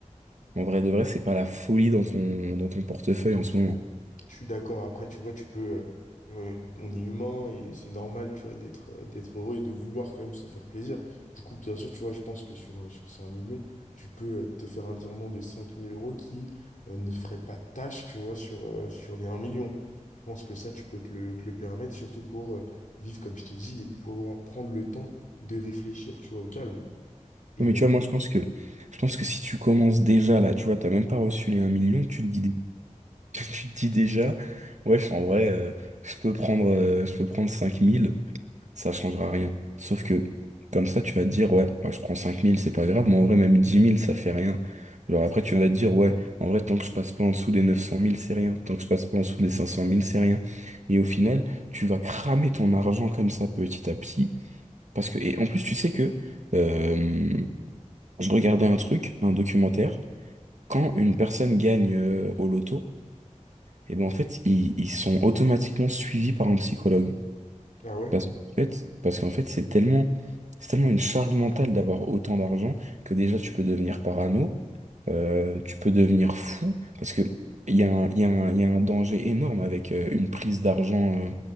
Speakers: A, on the right; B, on the left.
A: en vrai de vrai c'est pas la folie dans ton dans ton portefeuille en ce moment.
B: Je suis d'accord. Après, tu vois, tu peux. euh, euh, on est humain et c'est normal, tu vois, d'être euh, d'être heureux et de vouloir quand même se faire plaisir. Du coup, bien sûr, tu vois, je pense que sur, euh, sur ces un million, tu peux euh, te faire un virement de 5000 euros qui euh, ne ferait pas tâche, tu vois, sur, euh, sur les un million. Je pense que ça, tu peux te le, te le permettre, surtout pour euh, vivre, comme je t'ai dit, et pouvoir prendre le temps de réfléchir, tu vois, au calme. Et,
A: Non, mais tu vois, moi, je pense que, je pense que si tu commences déjà là, tu vois, t'as même pas reçu les un million, tu te dis, dé- <laughs> tu te dis déjà, ouais, en vrai, euh, je peux prendre, euh, je peux prendre 5000 ça changera rien. Sauf que, comme ça, tu vas te dire, ouais, bah, je prends 5000 c'est pas grave, mais en vrai, même dix mille ça fait rien. Alors après, tu vas te dire, ouais, en vrai, tant que je passe pas en dessous des neuf cent mille c'est rien. Tant que je passe pas en dessous des cinq cent mille c'est rien. Et au final, tu vas cramer ton argent comme ça, petit à petit. Parce que, et en plus, tu sais que, euh, je regardais un truc, un documentaire. Quand une personne gagne euh, au loto, et ben en fait, ils, ils sont automatiquement suivis par un psychologue.
B: ah ouais?
A: Parce qu'en fait, parce qu'en fait, c'est tellement, c'est tellement une charge mentale d'avoir autant d'argent que déjà tu peux devenir parano, euh, tu peux devenir fou, parce que il y a un, il y a un, il y a un danger énorme avec euh, une prise d'argent euh,